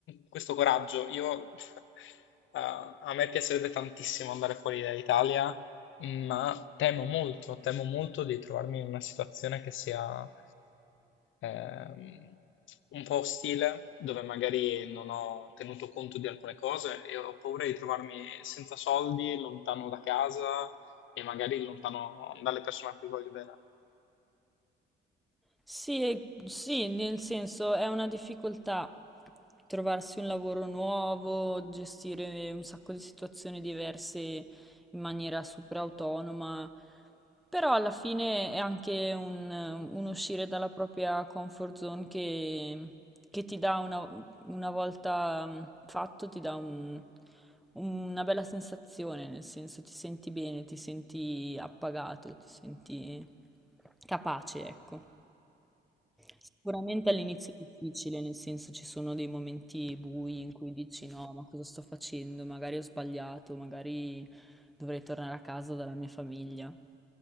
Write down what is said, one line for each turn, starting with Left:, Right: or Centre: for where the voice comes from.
Left: questo coraggio. Io, <laughs> eh, a me piacerebbe tantissimo andare fuori dall'Italia ma temo molto, temo molto di trovarmi in una situazione che sia ehm, un po' ostile, dove magari non ho tenuto conto di alcune cose e ho paura di trovarmi senza soldi, lontano da casa e magari lontano dalle persone a cui voglio bene.
Centre: Sì, e- sì, nel senso è una difficoltà trovarsi un lavoro nuovo, gestire un sacco di situazioni diverse in maniera super autonoma, però alla fine è anche un, un uscire dalla propria comfort zone che, che ti dà una, una volta mm, fatto, ti dà un- una bella sensazione, nel senso ti senti bene, ti senti appagato, ti senti capace, ecco. Sicuramente all'inizio è difficile, nel senso ci sono dei momenti bui in cui dici no, ma cosa sto facendo? Magari ho sbagliato, magari dovrei tornare a casa dalla mia famiglia.